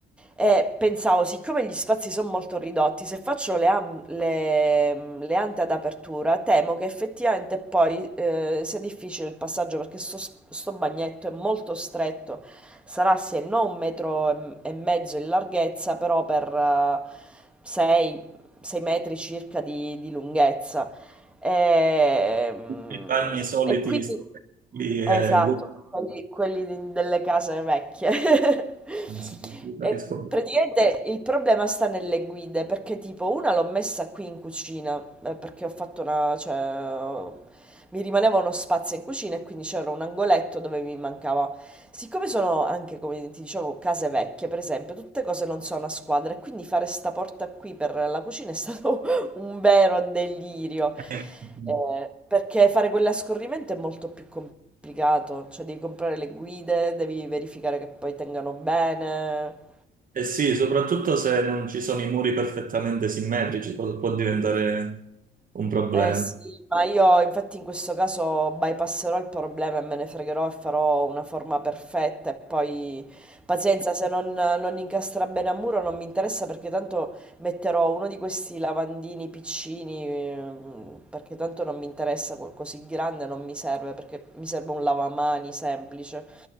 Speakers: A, in the centre; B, on the right.
A: E pensavo, siccome gli spazi sono molto ridotti, se faccio le, am- le- le ante ad apertura, temo che effettivamente poi eh, sia difficile il passaggio perché sto, s- sto bagnetto è molto stretto, sarà se non un metro e e mezzo in larghezza, però per 6 metri circa di di lunghezza. Ehm,
B: Tutti I bagni soliti
A: e quindi
B: lì è
A: esatto,
B: lungo,
A: quelli, quelli di- delle case vecchie. <laughs>
B: anzi, non capisco
A: E praticamente il problema sta nelle guide, perché tipo una l'ho messa qui in cucina, eh, perché ho fatto una, cioè, ho- mi rimaneva uno spazio in cucina e quindi c'era un angoletto dove mi mancava. Siccome sono anche, come ti dicevo, case vecchie, per esempio, tutte cose non sono a squadra, e quindi fare sta porta qui per la cucina è stato un vero delirio.
B: bene.
A: Eh, perché fare quell'ascorrimento è molto più complicato, cioè devi comprare le guide, devi verificare che poi tengano bene.
B: Eh sì, soprattutto se non ci sono i muri perfettamente simmetrici, può, può diventare un problema.
A: Eh sì, ma io infatti in questo caso bypasserò il problema e me ne fregherò e farò una forma perfetta e poi pazienza, se non, non incastra bene a muro non mi interessa perché tanto metterò uno di questi lavandini piccini ehm, perché tanto non mi interessa co- così grande, non mi serve perché mi serve un lavamani semplice.